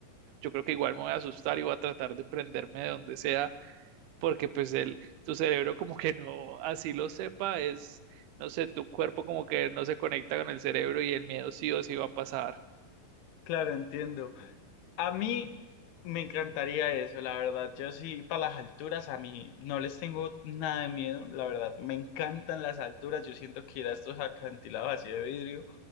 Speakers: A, on the right; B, on the left.
A: yo creo que igual me voy a asustar y voy a tratar de prenderme de donde sea, porque pues el, tu cerebro como que no, así lo sepa, es, no sé, tu cuerpo como que no se conecta con el cerebro y el miedo sí o sí va a pasar.
B: claro, entiendo. A mí me encantaría eso, la verdad. Yo sí, para las alturas, a mí no les tengo nada de miedo, la verdad. Me encantan las alturas. Yo siento que ir a estos acantilados así de vidrio.